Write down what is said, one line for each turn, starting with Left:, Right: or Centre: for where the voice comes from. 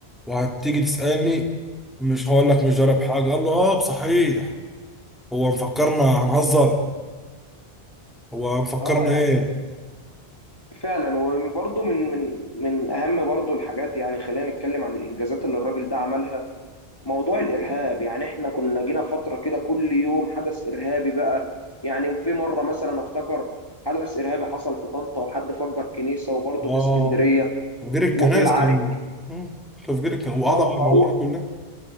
Centre: وهتيجي تسالني مش هقول لك مش ضارب حاجه قال له اه صحيح هو مفكرنا هنهزر هو مفكرنا
Left: اه يعني
Centre: ايه
Left: فعلا وبرضه من من من اهم برضه الحاجات يعني خلينا نتكلم عن الانجازات اللي الراجل ده عملها موضوع الارهاب يعني احنا كنا جينا فترة كده كل يوم حدث ارهابي بقى يعني في مرة مثلا افتكر حدث ارهابي حصل في طنطا وحد فجر كنيسة وبرضه
Centre: اه
Left: في اسكندرية
Centre: تفجير الكنائس
Left: وفي العريش
Centre: كان مم. تفجير الكنائس وقضى
Left: اه
Centre: على
Left: فهو
Centre: الموضوع كله